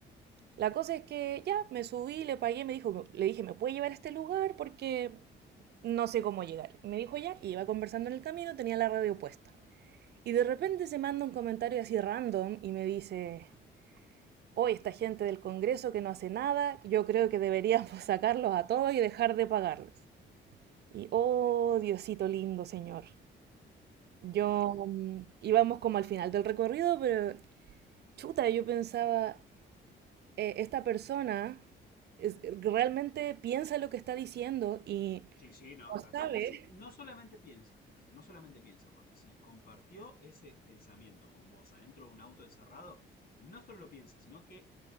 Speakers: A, on the right; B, on the left.
A: La cosa es que ya me subí, le pagué, me dijo, le dije, ¿me puede llevar a este lugar? Porque no sé cómo llegar. Me dijo ya, y iba conversando en el camino, tenía la radio puesta. Y de repente se manda un comentario así random y me dice, hoy esta gente del Congreso que no hace nada, yo creo que deberíamos <laughs> sacarlos a todos y dejar de pagarles. Y oh, Diosito lindo, Señor. Yo
B: claro.
A: mm, íbamos como al final del recorrido, pero chuta, yo pensaba, eh, esta persona es- realmente piensa lo que está diciendo y
B: Sí, sí, no,
A: no
B: está
A: sabe.
B: convencido. No solamente piensa, no solamente piensa, porque si compartió ese pensamiento con vos adentro de un auto encerrado, no solo lo piensa, sino que